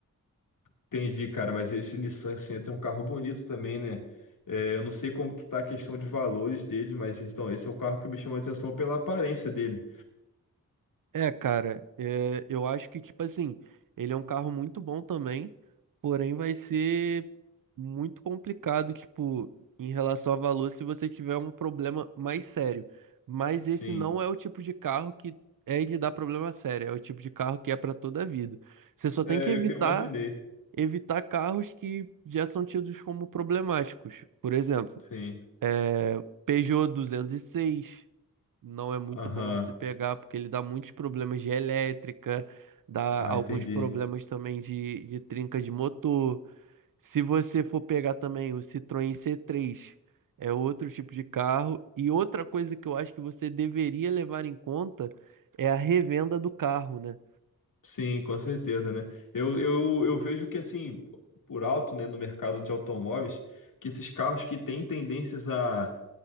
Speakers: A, on the left; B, on the right.
A: Entendi, cara, mas esse Nissan Sentra é um carro bonito também, né? É, eu não sei como que tá a questão de valores dele, mas então esse é o carro que me chamou a atenção pela aparência dele.
B: É, cara, é, eu acho que, tipo assim, ele é um carro muito bom também, porém vai ser muito complicado, tipo, em relação a valor, se você tiver um problema mais sério. Mas
A: Sim.
B: esse não é o tipo de carro que é de dar problema sério, é o tipo de carro que é para toda a vida. Você só
A: É,
B: tem que evitar,
A: eu que imaginei.
B: evitar carros que já são tidos como problemáticos. Por exemplo,
A: Sim.
B: é, Peugeot 206 não é muito
A: Aham.
B: bom você pegar, porque ele dá muitos problemas de elétrica, dá
A: Ah,
B: alguns
A: entendi.
B: problemas também de, de trinca de motor. Se você for pegar também o Citroën C3, é outro tipo de carro. E outra coisa que eu acho que você deveria levar em conta é a revenda do carro, né?
A: Sim, com certeza, né? Eu, eu, eu vejo que, assim, por alto, né, no mercado de automóveis, que esses carros que têm tendências a,